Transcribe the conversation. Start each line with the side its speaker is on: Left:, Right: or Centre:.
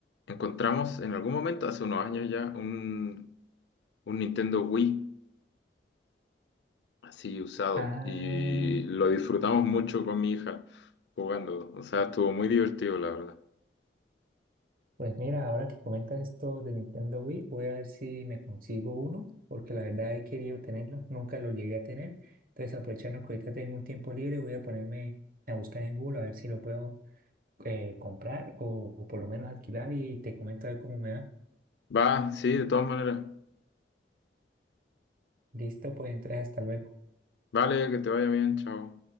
Left: encontramos en algún momento, hace unos años ya, un, un Nintendo Wii así usado
Right: Ah.
Left: y lo disfrutamos mucho con mi hija jugando. O sea, estuvo muy divertido, la verdad.
Right: Pues mira, ahora que comentas esto de Nintendo Wii, voy a ver si me consigo uno, porque la verdad he querido tenerlo, nunca lo llegué a tener. Entonces, aprovechando que ahorita tengo un tiempo libre, voy a ponerme a buscar en Google a ver si lo puedo eh, comprar o, o por lo menos alquilar y te comento a ver cómo me va.
Left: Va, sí, de todas maneras.
Right: Listo, pues entonces hasta luego.
Left: Vale, que te vaya bien, chao.